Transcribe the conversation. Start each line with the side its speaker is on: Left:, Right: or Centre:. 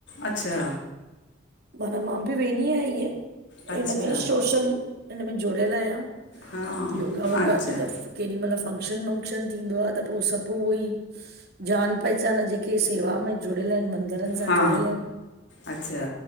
Left: अच्छा
Right: माना मां बि वेंदी आहियां ईएं
Left: अच्छा
Right: इन में सोशल, हिन में जुड़ियल आहियां
Left: हा
Right: योगा वोगा
Left: अच्छा
Right: थिए त, केॾी महिल फंक्शन वंक्शन थींदो आ त पोइ सभु उहेई जान पहचान, जेके शेवा में जुड़ियल आहिनि मंदरनि सां
Left: हा
Right: जुड़ियल आहिनि
Left: अच्छा